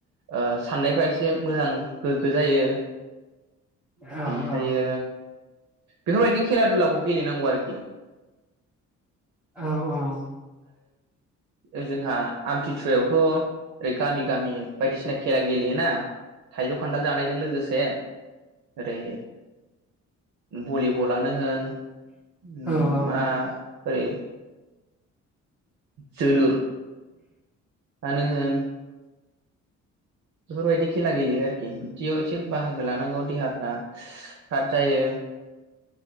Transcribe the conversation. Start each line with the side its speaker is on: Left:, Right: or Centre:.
Right: ओ साननायफ्रा एसे मोजां गोग्गो जायो।
Centre: औ
Right: ओमफ्रायो
Centre: औ
Right: बेफोरबायदि खेला दुलाखौ गेलेनांगौ आरोखि।
Centre: औ औ
Right: ओ जोंहा आमथिसुवायावथ' ओरै गामि गामि बायदिसिना खेला गेलेयोना थाइजौ खान्थाल जानायजों लोगोसे ओरै भलिबलानो होन उम
Centre: औ
Right: मा
Centre: औ
Right: <unintelligible> जोलुर आनो होन बेफोरबायदि खेला गेलेयो आरोखि बिदियाव से बाहागो‌ लानांगौ देहाफ्रा फ्राद जायो